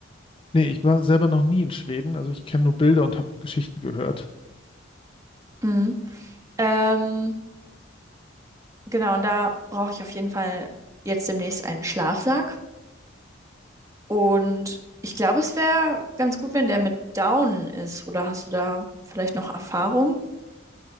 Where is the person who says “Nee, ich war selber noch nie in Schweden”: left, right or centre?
Left